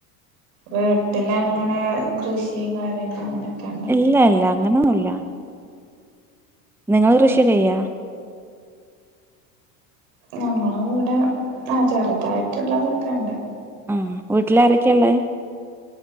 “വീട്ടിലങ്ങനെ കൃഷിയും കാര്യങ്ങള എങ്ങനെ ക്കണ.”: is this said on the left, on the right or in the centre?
Right